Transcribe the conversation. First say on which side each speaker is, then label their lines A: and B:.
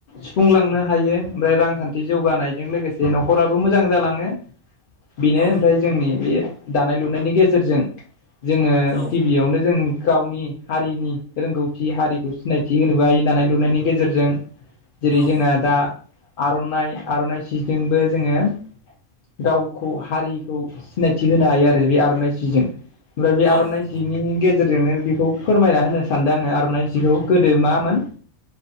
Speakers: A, on the left; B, on the left.
A: सुफुंलांनो हायो ओमफ्राय रांखान्थि जौगानायजों लोगोसे न'खराबो मोजां जालांङो बेनो
B: औ
A: ओमफ्राय जोंनि बे दानाय लुनायनि गेजेरजों जोंङो
B: औ
A: गिबियावनो जों गावनि हारिनि रोंगौथि हारिखौ सिनायथि होनोबो ह दानाय लुनायनि गेजेरजों जेरै
B: औ
A: जोंना दा आर'नाइ आर'नाइ सिजजोंबो जोंङो गावखौ हारिखौ सिनायथि होनो हायो आरो बे आर'नाइ सिजों ओमफ्राय बे
B: औ
A: आर'नाइ सिनि गेजेरजों जोंनो बेखौ फोरमायना होनो सानदों आंङो आर'नाइ जिखौ गोदो मामोन